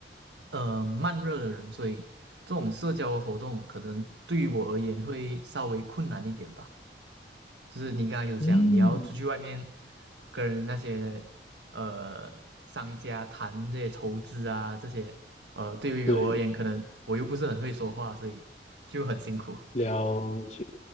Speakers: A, on the right; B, on the left.
A: 呃慢热的人，所以这种社交的活动可能对于我而言会稍微困难一点吧。就是你刚才有讲，
B: 嗯，
A: 你要出去外面跟那些呃商家谈这些筹资啊，这些呃，对于我而言，
B: 对，
A: 可能我又不是很会说话，所以就很辛苦。
B: 了解